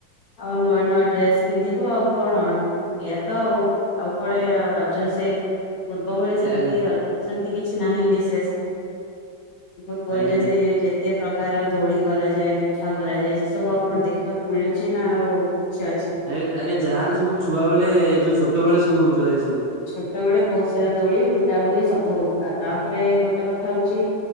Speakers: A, on the left (about 60°); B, on the right (about 65°).
A: ଆଉ ନୂଆ ନୂଆ ଡ୍ରେସ ପିନ୍ଧିବୁ ଆଉ କଣ। ଏଇଆ ତ ଆଉ କଣେ ରଜ ସେ। ପୂର୍ବ ଭଳି ସେମିତି
B: ଆଜ୍ଞା
A: ରଜ ତ ସେମତି କିଛି ନାହିଁ ବିଶେଷ। ପୂର୍ବରୁ
B: ଆଜ୍ଞା
A: ଯେମିତି ଯେତେ ପ୍ରକାର ଦୋଳି କରାଯାଏ ପିଠା କରାଯାଏ। ସେ ସବୁ ଆଉ କଣ ଦେଖିବାକୁ ମିଳୁଚି ନା ଆଉ। ସେ ଅଛି।
B: ଆ ଆଜ୍ଞା ଯାହାନେ ସବୁ ଛୁଆବେଳେ ଯୋଉ ଛୋଟ ବେଳେ ସବୁ ହଉଥିଲା ଏଇ ସବୁ।
A: ଛୋଟ ବେଳେ ବହୁତ ସାରା ଦୋଳି ବୁଲାବୁଲି ସବୁ ହଉଥିଲାମ ତାପରେ ଗୋଟେ କଥା ହଉଚି